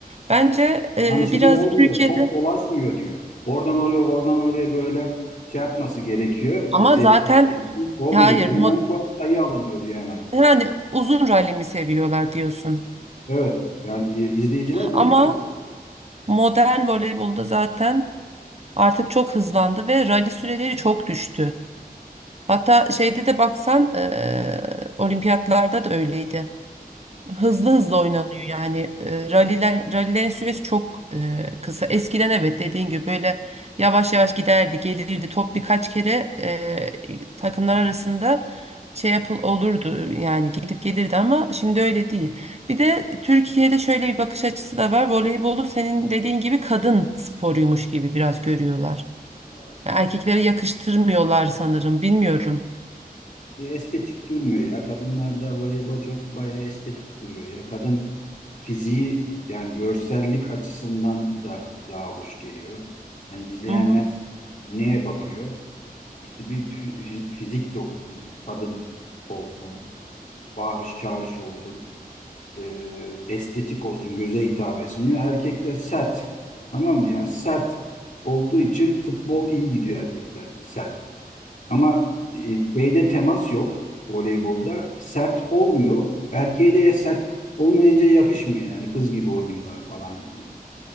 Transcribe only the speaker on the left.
hani şey
olmuyor.
Top dolaşmıyor diyor. Oradan oraya, oradan oraya böyle şey yapması gerekiyor.
e, Zevkli
olması için. olmuyor
diyor.
Hemen sonra dayı alınıyor diyor hemen.
Evet. Yani e, izleyiciler bunu
seviyor.
Hı.
bir estetik durmuyor ya. Kadınlarda voleybol çok bayağı estetik duruyor ya. Kadın fiziği yani görsellik açısından da daha hoş geliyor. Hani izleyenler
neye bakıyor? İşte bir fi- fi- fizik de olsun, kadın olsun, bağırış çağırış olsun, e, estetik olsun, göze hitap etsin. Erkekler sert, tamam mı? Yani sert olduğu için futbol iyi gidiyor erkeklerde sert. Ama e, şeyde temas yok voleybolda. Sert olmuyor. Erkeğe de ya sert olmayınca yakışmıyor yani kız gibi oynuyorlar falan.